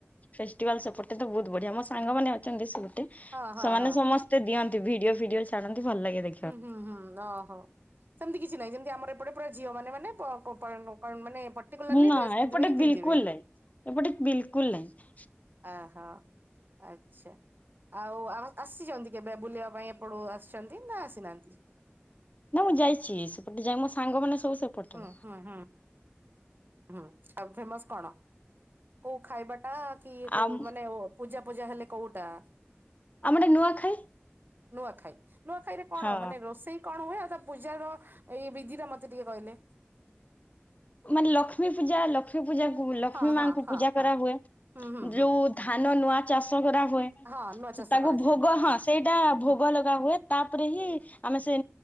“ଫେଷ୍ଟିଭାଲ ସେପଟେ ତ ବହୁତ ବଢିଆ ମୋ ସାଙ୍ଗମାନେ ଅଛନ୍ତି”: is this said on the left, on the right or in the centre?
Left